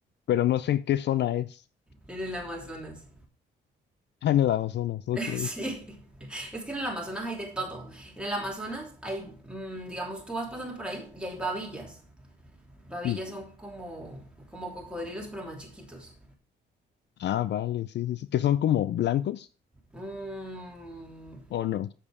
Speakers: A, on the left; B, in the centre.
A: pero no sé en qué zona es. <laughs>
B: En el Amazonas.
A: Ah, en el Amazonas, ok.
B: <laughs> Sí. Es que en el Amazonas hay de todo. En el Amazonas hay, mm, digamos, tú vas pasando por ahí y hay babillas. Babillas
A: Sí.
B: son como, como cocodrilos, pero más chiquitos.
A: Ah, vale, sí, sí, sí. ¿Que son como blancos
B: Mm,
A: o no?